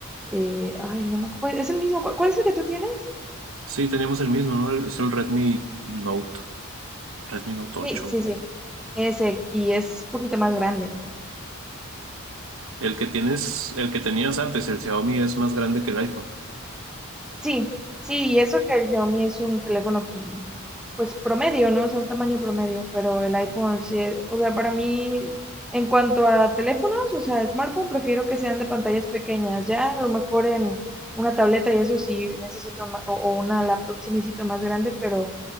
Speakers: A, in the centre; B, on the right.
A: eh, ay, no me acuerdo. pues, Es el mismo, ¿cuál, cuál es el que tú tienes?
B: Sí, teníamos el mismo, ¿no? Es el Redmi Note, Redmi Note
A: Sí,
B: ocho
A: sí, sí. Ese, y es un poquito más grande.
B: El que tienes, el que tenías antes, el Xiaomi es más grande que el iPhone.
A: Sí, sí, y eso que el Xiaomi es un teléfono como, pues promedio, ¿no? O sea, un tamaño promedio, pero el iPhone sí, es- o sea, para mí, en cuanto a teléfonos, o sea, smartphone, prefiero que sean de pantallas pequeñas. Ya a lo mejor en una tableta y eso sí necesito más, o, o una laptop sí necesito más grande, pero